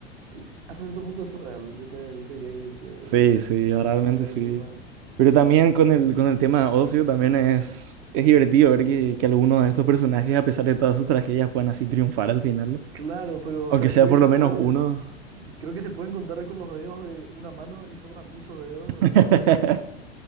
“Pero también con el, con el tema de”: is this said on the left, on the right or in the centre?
Right